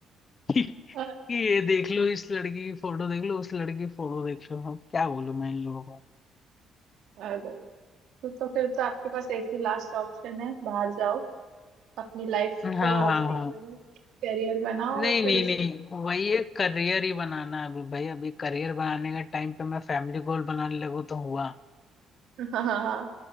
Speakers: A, on the left; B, on the right.
A: कि
B: और-
A: ये देख लो इस लड़की की फोटो देख लो उस लड़की की फोटो देख लो अब क्या बोलूं मैं इन लोगों को
B: अरे, तो, तो फिर तो आपके पास एक ही लास्ट ऑप्शन है बाहर जाओ अपनी लाइफ
A: हाँ
B: को
A: हाँ
B: सही
A: हाँ
B: करो करियर बनाओ
A: नहीं
B: और फिर
A: नहीं
B: उस
A: नहीं वही एक करियर ही बनाना है अभी भाई अभी करियर बनाने के टाइम पे मैं फैमिली गोल बनाने लगू तो हुआ
B: <laughs> हाँ